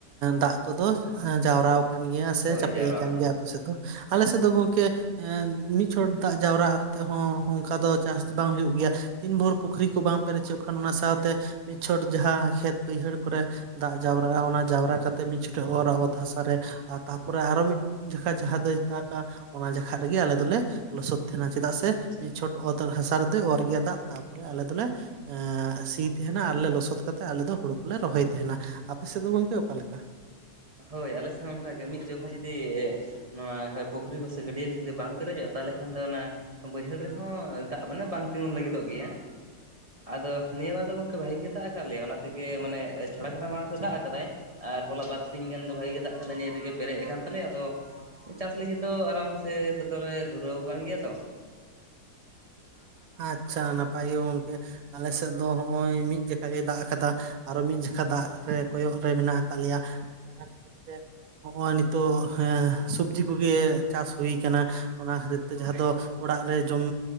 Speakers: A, on the right; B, on the right.
A: ᱫᱟᱜ ᱠᱚᱫᱚ ᱡᱟᱣᱨᱟ ᱠᱟᱱ ᱜᱮᱭᱟ ᱥᱮ
B: ᱦᱳᱭ
A: ᱪᱟᱯᱮ
B: ᱡᱟᱣᱨᱟ
A: ᱠᱟᱱ
B: ᱟᱠᱟᱱ
A: ᱜᱮᱭᱟ ᱟᱯᱮ ᱥᱮᱫ ᱫᱚ ᱟᱞᱮ ᱥᱮᱫ ᱫᱚ ᱜᱚᱝᱠᱮ ᱢᱤᱫ ᱪᱷᱚᱴ ᱫᱟᱜ ᱡᱟᱣᱨᱟ ᱚᱠᱛᱮ ᱦᱚᱸ ᱚᱱᱠᱟ ᱫᱚ ᱪᱟᱥ ᱵᱟᱝ ᱦᱩᱭᱩᱜ ᱜᱮᱭᱟ ᱛᱤᱱ ᱵᱷᱳᱨ ᱯᱩᱠᱷᱨᱤ ᱠᱚ ᱵᱟᱝ ᱯᱮᱨᱮᱡᱚᱜ ᱠᱷᱟᱱ ᱚᱱᱟ ᱥᱟᱶᱛᱮ ᱢᱤᱫ ᱪᱷᱚᱴ ᱡᱟᱦᱟᱸ ᱠᱷᱮᱛ ᱵᱟᱹᱭᱦᱟᱹᱲ ᱠᱚᱨᱮ ᱫᱟᱜ ᱡᱟᱣᱨᱟᱜᱼᱟ ᱚᱱᱟ ᱡᱟᱣᱨᱟ ᱠᱟᱛᱮᱫ ᱢᱤᱫ ᱪᱷᱚᱴ ᱮ ᱚᱨᱟ ᱚᱛ ᱦᱟᱥᱟᱨᱮ ᱛᱟᱯᱚᱨᱮ ᱟᱨᱚ ᱢᱤᱫ ᱡᱟᱠᱟ ᱡᱟᱦᱟᱸ ᱫᱚᱭ ᱫᱟᱜᱟ ᱚᱱᱟ ᱡᱮᱠᱷᱟᱜ ᱨᱮᱜᱮ ᱟᱞᱮ ᱫᱚᱞᱮ ᱞᱚᱥᱚᱫ ᱛᱟᱦᱮᱸᱱᱟ ᱪᱮᱫᱟᱜ ᱥᱮ
B: ᱟᱪᱪᱷᱟ
A: ᱢᱤᱫ
B: ᱟᱪᱪᱷᱟ
A: ᱪᱷᱚᱴ ᱚᱛ ᱦᱟᱥᱟ ᱨᱮᱫᱚᱭ ᱚᱨ ᱜᱮᱭᱟ ᱫᱟᱜ ᱛᱟᱨᱯᱚᱨᱮ ᱟᱞᱮ ᱫᱚᱞᱮ ᱥᱤ ᱛᱟᱦᱮᱸᱱᱟ ᱟᱨ ᱞᱮ ᱞᱚᱥᱚᱫ ᱠᱟᱛᱮᱜ ᱟᱞᱮ ᱫᱚ ᱦᱩᱲᱩ ᱠᱚᱞᱮ ᱨᱚᱦᱚᱭ ᱛᱟᱦᱮ‍ᱸᱱᱟ ᱟᱯᱮ ᱥᱮᱫ ᱫᱚ ᱜᱚᱝᱠᱮ ᱚᱠᱟᱞᱮᱠᱟ
B: ᱦᱳᱭ ᱟᱞᱮᱥᱮᱫ ᱦᱚᱸ ᱚᱱᱠᱟᱜ ᱜᱮ ᱢᱤᱫ ᱡᱚᱠᱷᱟ ᱡᱩᱫᱤ ᱮ ᱱᱚᱣᱟ ᱯᱩᱠᱷᱨᱤ ᱠᱚᱥᱮᱱ ᱥᱮ ᱜᱟ. ᱰᱭᱟᱹ ᱠᱚ ᱡᱩᱫᱤ ᱵᱟᱝ ᱯᱮᱨᱮᱡᱚᱜᱼᱟ ᱛᱟᱦᱚᱞᱮ ᱠᱷᱟᱱ ᱫᱚ ᱚᱱᱟ ᱵᱟᱹᱭᱦᱟᱹᱲ ᱨᱮᱦᱚᱸ ᱫᱟᱜ ᱢᱟᱱᱮ ᱵᱟᱝ ᱛᱤᱸᱜᱩᱱ ᱞᱟᱹᱜᱤᱫᱚᱜ ᱜᱮᱭᱟ ᱟᱫᱚ ᱱᱤᱭᱟᱹ ᱵᱟᱨ ᱫᱚ ᱜᱚᱝᱠᱮ ᱵᱷᱟᱹᱜᱤ ᱜᱮ ᱫᱟᱜ ᱟᱠᱟᱫ ᱞᱮᱭᱟ ᱚᱱᱟ ᱛᱮᱜᱮ ᱢᱟᱱᱮ ᱪᱷᱟᱲᱟ ᱪᱷᱟᱲᱟ ᱢᱟᱲᱟᱝ ᱛᱮ ᱫᱟᱜ ᱟᱠᱟᱫᱟᱭ ᱟᱨ ᱦᱚᱞᱟ ᱵᱟᱨ ᱥᱤᱧ ᱜᱟᱱ ᱫᱚ ᱵᱷᱟᱹᱜᱤ ᱜᱮ ᱫᱟᱜ ᱠᱟᱫᱟᱭ ᱱᱤᱭᱟᱹ ᱨᱮᱜᱮ ᱯᱮᱨᱮᱡ ᱟᱠᱟᱱ ᱛᱟᱞᱮᱭᱟ ᱟᱫᱚ ᱪᱟᱥ ᱞᱟᱹᱜᱤᱫ ᱫᱚ ᱟᱨᱟᱢ ᱥᱮ ᱱᱤᱛᱚᱜ ᱫᱚᱞᱮ ᱫᱷᱩᱨᱟᱹᱣ ᱠᱟᱱ ᱜᱮᱭᱟ ᱛᱚ <unintelligible>
A: ᱟᱪᱪᱷᱟ ᱱᱟᱯᱟᱭ ᱜᱮ ᱜᱚᱝᱠᱮ ᱟᱞ ᱥᱮᱫ ᱫᱚ ᱱᱚᱜᱼᱚᱭ ᱢᱤᱫ ᱡᱮᱠᱷᱟ ᱜᱮᱭ ᱫᱟᱜ ᱟᱠᱟᱫᱟ ᱟᱨᱦᱚ ᱢᱤᱫ ᱡᱮᱠᱷᱟ ᱫᱟᱜ ᱨᱮ ᱠᱚᱭᱚᱜ ᱨᱮ ᱢᱮᱱᱟᱜ ᱟᱠᱟᱫ ᱞᱮᱭᱟ ᱟᱫᱚ ᱚᱱᱟ ᱠᱷᱟᱹᱛᱤᱨ ᱛᱮ ᱦᱚᱸᱜ-ᱚᱭ ᱱᱤᱛᱚᱜ ᱦᱮ ᱥᱚᱵᱽᱡᱤ ᱠᱚᱜᱮ ᱪᱟᱥ ᱦᱩᱭ ᱠᱟᱱᱟ ᱚᱱᱟ ᱠᱷᱟᱹᱛᱤᱨ ᱛᱮ ᱡᱟᱦᱟᱸ ᱫᱚ ᱚᱲᱟᱜ ᱨᱮ ᱡᱚᱢ